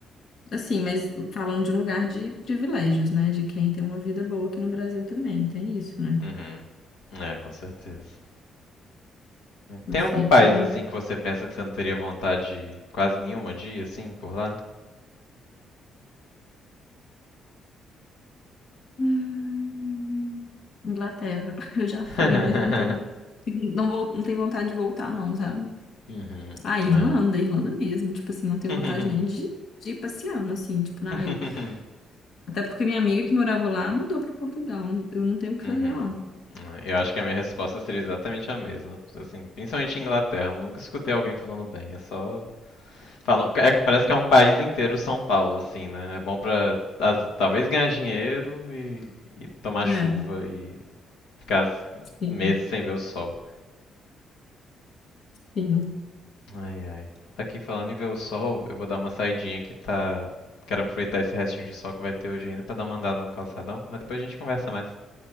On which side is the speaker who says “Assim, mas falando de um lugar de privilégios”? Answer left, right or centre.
Left